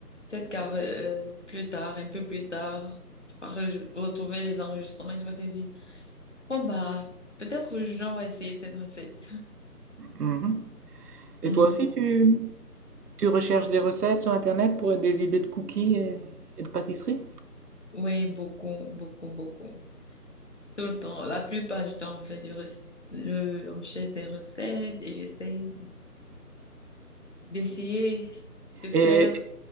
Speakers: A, on the left (about 50°); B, on the right (about 75°).
A: Peut-être qu'à euh, plus tard, un peu plus tard, tu vas re- retrouver les enregistrements et tu vas te dire, bon bah, peut-être aujourd'hui on va essayer cette recette.
B: Mhm.
A: Mhm.
B: Et toi aussi, tu, tu recherches des recettes sur Internet pour des idées de cookies et, et de pâtisseries?
A: Oui, beaucoup, beaucoup, beaucoup. Tout le temps, la plupart du temps, on fait du rec- je recherche des recettes et j'essaye d'essayer de faire
B: Et,